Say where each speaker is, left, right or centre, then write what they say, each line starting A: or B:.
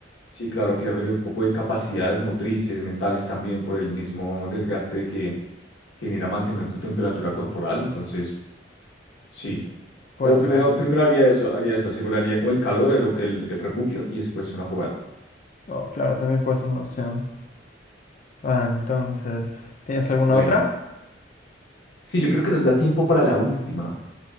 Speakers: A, on the left (about 75°); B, on the left (about 45°).
A: sí, claro, pierde un poco de capacidades motrices, mentales también por el mismo desgaste que genera mantener tu temperatura corporal, entonces, sí.
B: puede
A: Pero primero,
B: ser.
A: primero haría eso, haría eso, aseguraría como el calor, el, el, el refugio y después una fogata.
B: Oh, claro, también puede ser una opción. Ah, entonces, ¿tienes alguna
A: Bueno,
B: otra?
A: sí, yo creo que nos da tiempo para la última.